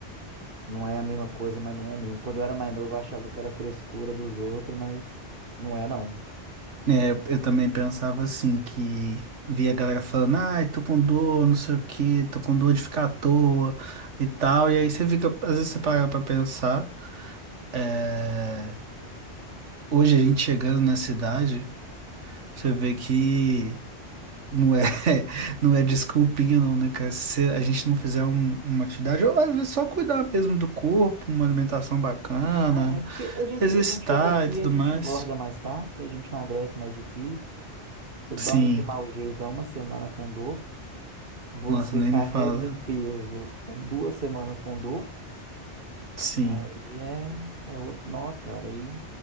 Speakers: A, on the right; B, on the right.
A: não é a mesma coisa, mas não é mesmo. Quando eu era mais novo, eu achava que era frescura dos outros, mas não é, não.
B: É, eu eu também pensava assim, que via a galera falando, ai, tô com dor, não sei o quê, tô com dor de ficar à toa e tal. E aí você fica, às vezes você para pra pensar, é, hoje a gente chegando na cidade, você vê que não é, <laughs> não é desculpinha não, né, cara? Se a gente não fizer um- uma atividade, ou às vezes só cuidar mesmo do corpo, uma alimentação bacana,
A: Ah, é, porque a gente,
B: exercitar
A: a gente chega aqui,
B: e tudo
A: a gente
B: mais.
A: engorda mais fácil, a gente emagrece mais difícil, você dorme
B: Sim,
A: de mau jeito, é uma semana com dor, você
B: nossa, nem
A: carrega
B: me fala.
A: um peso, é duas semanas com dor.
B: Sim.
A: Aí é, é outro nó, cara. Aí